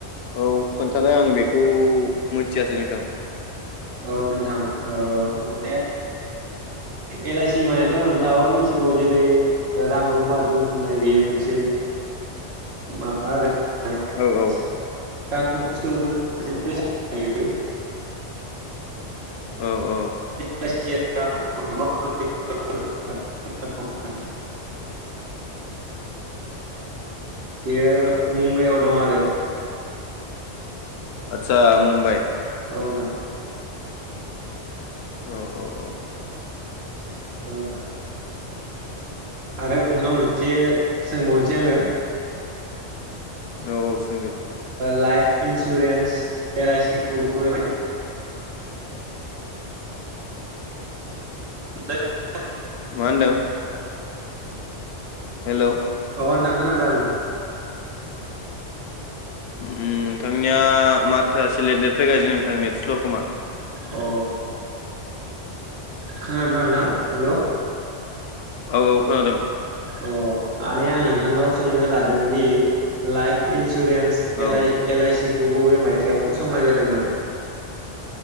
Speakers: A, on the left (about 65°); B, on the right (about 65°).
A: औ खोन्थालाय आं बेखौ मिथियासै नोंथां
B: औ नोंथां ओ माने एल आइ सि मानेथ' नोंथाङाबो मिथिगौ जेरै रां रुफा दोनथुमनाय बेयो मोनसे मारै <unintelligible>
A: औ औ
B: <unintelligible>
A: औ औ
B: <unintelligible> बियो मुम्बाइआव दं आरो।
A: आतसा मुम्बाइ
B: औ नोंथां
A: औ औ औ
B: <unintelligible> आरो नोंथांनाव मोनसे सोंबावनोसै आङो।
A: औ औ सोंदो।
B: लाइफ इन्सुरेन्स एल आइसि खौबो <unintelligible>
A: मा होनदों? हेल'
B: अ नोंथां खोनादों आं।
A: ओम नोंथांनिया माथोआ से लेट लेट फैगासिनो नोंथांनि नेट स्ल' खोमा।
B: अ खोनादोंना नोंथां हेल'?
A: औ औ खोनादों।
B: अ आने आं नोंथांनाव सोंनो लादों दि लाइफ इन्स इन्सुरेन्स
A: औ
B: एलआइ एलआइ सि खौ बबे मायथायाइाव फसंनाय जादोंमोन?